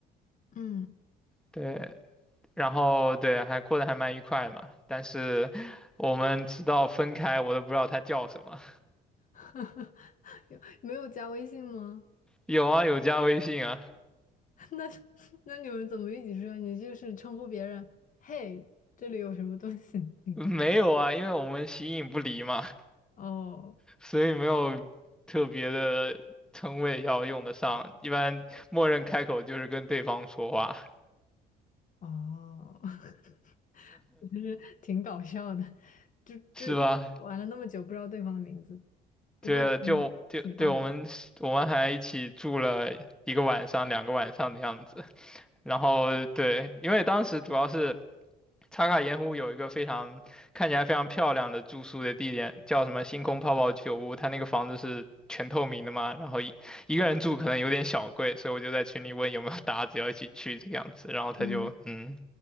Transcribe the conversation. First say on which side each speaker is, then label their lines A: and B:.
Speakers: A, on the left; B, in the centre.
A: 嗯。
B: 对，然后对，还过得还蛮愉快的嘛。但是我们直到分开，我都不知道他叫什么。
A: <laughs> 有没有加微信吗？
B: 有啊，有加微信啊，
A: <laughs> 那那你们怎么一起说？你就是称呼别人，嘿，这里有什么东西？你跟他
B: 没有啊，因为我们形影不离嘛，
A: 哦
B: 所以没有特别的称谓要用得上。一般默认开口就是跟对方说话，
A: 哦，<laughs> 我就是挺搞笑的，就就一玩了那么久，
B: 是吧？
A: 不知道对方的名字，不过也挺挺棒的，
B: 对，就就对，我们我们还一起住了一个晚上、两个晚上的样子。然后对，因为当时主要是。茶卡盐湖有一个非常看起来非常漂亮的住宿的地点，叫什么星空泡泡酒屋。它那个房子是全透明的嘛，然后一一个人住可能有点小贵，所以我就在群里问有没有搭子要一起去这个样子。然后他就嗯，
A: 嗯，